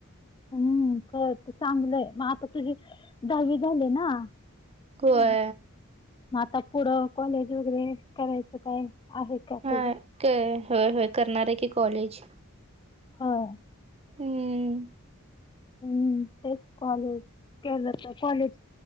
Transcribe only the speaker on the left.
हम्म खळत चांगलंय मग आता तुझी दहावी झाली ना. हम्म,
मग आता पुढं कॉलेज वगैरे करायचं काय? आहे का
तुझं
होय.
हम्म तेच कॉलेज केलं, तर कॉलेज